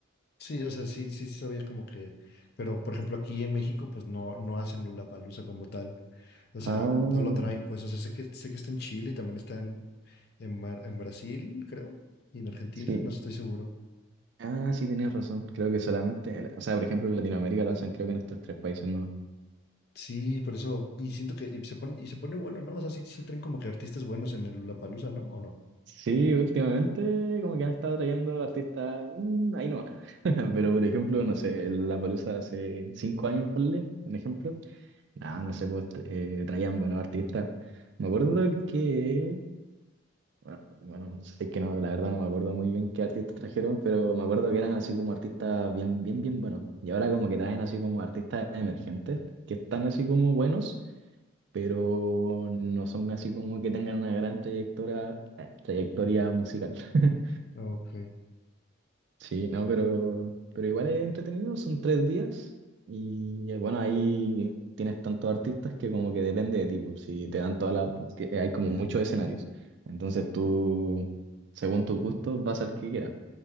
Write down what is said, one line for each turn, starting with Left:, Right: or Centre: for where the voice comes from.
Left: Sí, o sea, sí, sí sabía como que, pero por ejemplo aquí en México pues no, no hacen Lollapalooza como tal, o
Right: Ah,
Left: sea, no lo traen pues, o sea, sé que, sé que está en Chile y también está en, en, Mar- en Brasil, creo, y en Argentina,
Right: sí.
Left: no estoy seguro.
Right: Ah, sí, tenías razón. Creo que solamente, o sea, por ejemplo, en Latinoamérica lo hacen creo que en estos tres países no.
Left: Sí, por eso, y siento que y se pone, y se pone bueno, ¿no? O sea, sí, sí traen como que artistas buenos en el Lollapalooza, ¿no? ¿O no?
Right: Sí, últimamente como que han estado trayendo artistas, mm, ahí no. <laughs> Pero por ejemplo, no sé, el Lollapalooza hace cinco años, ponle, un ejemplo, Ah, no sé, pues eh, traían buenos artistas. Me acuerdo que, bueno, bueno, no sé es que no, la verdad no me acuerdo muy bien qué artistas trajeron, pero me acuerdo que eran así como artistas bien, bien, bien buenos. Y ahora como que traen así como artistas emergentes, que están así como buenos, pero no son así como que tengan una gran trayectoria, eh, trayectoria musical. <laughs>
Left: Ok.
Right: Sí, no, pero, pero igual es entretenido, son tres días y eh, bueno, ahí tienes tantos artistas que como que depende de ti, pues, si te dan toda la... que eh, hay como muchos escenarios, entonces tú, según tus gustos, vas al que quieras.